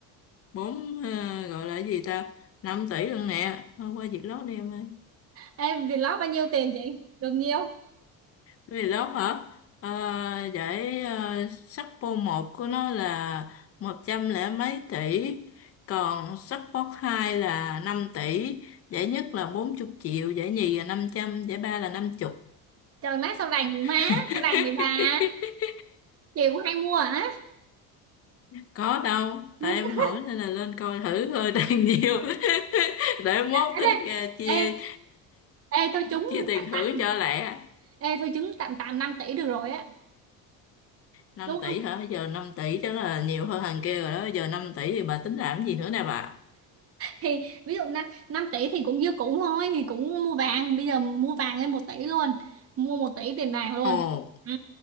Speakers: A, on the left; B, on the right.
A: 4, gọi là cái gì ta? năm tỷ luôn nè. Thôi qua Việt Lót đi em ơi.
B: ê Việt lót bao nhiêu tiền chị được nhiêu
A: Vì lớp hả? Ờ, giải ờ, sắc vô một của nó là một trăm lẻ mấy tỷ, còn sắc vô hai là 5 tỷ, giải nhất là bốn chục triệu, giải nhì là năm trăm giải ba là năm chục
B: trời má sao rành vậy má
A: <laughs>
B: sao rành vậy bà chị cũng hay mua hả
A: Có đâu, tại
B: <laughs>
A: em hỏi nên là lên coi thử thôi đang nhiều. <laughs> Để mốt
B: ê,
A: tính
B: đây,
A: ra chia
B: ê, ê thôi trúng
A: chia tiền
B: tạm
A: thưởng
B: tạm
A: cho lẹ.
B: ê thôi trúng tạm tạm 5 tỷ được rồi á
A: năm
B: Đúng
A: tỷ hả? Giờ năm tỷ chắc là nhiều hơn thằng kia rồi đó, giờ 5 tỷ thì bà tính làm gì nữa nè bà?
B: thì ví dụ năm 5 tỷ thì cũng như cũ thôi thì cũng mua vàng bây giờ mua vàng lên một tỷ luôn mua một tỷ tiền vàng luôn
A: Ồ.
B: ừ.